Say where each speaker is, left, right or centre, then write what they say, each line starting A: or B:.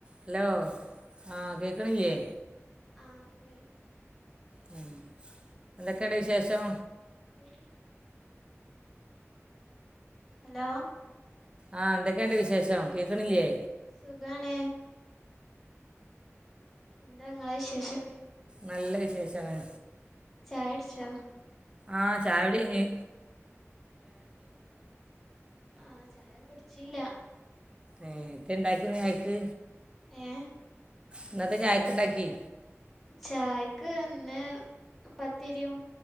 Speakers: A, on the right; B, in the centre.
A: Hello ആഹ് കേക്ക് ണില്ലെ
B: ആഹ്
A: ഉമ് എന്തൊക്കെണ്ട് വിശേഷം
B: ഉമ് ഹലോ
A: ആഹ് ന്തൊക്കെണ്ട് വിശേഷം കേക്കണില്ലെ
B: സുഖാണ് എന്താ ങ്ങളെ വിശേഷെക്കെ.
A: നല്ല വിശേഷാണ്.
B: ചായകുടിച്ച.
A: ആഹ് ചായകുടി കഴിഞ്ഞ്.
B: ആഹ് ചായ കുടിച്ചില്ല.
A: ഏഹ് എന്ധെ ണ്ടാക്കി ഇന്ന് ചായക്ക്.
B: ഏഹ്
A: ഇന്ന് എന്താ ചായക്ക് ഇണ്ടാക്കി.
B: ചായക്ക് ഇന്ന് പത്തിരിം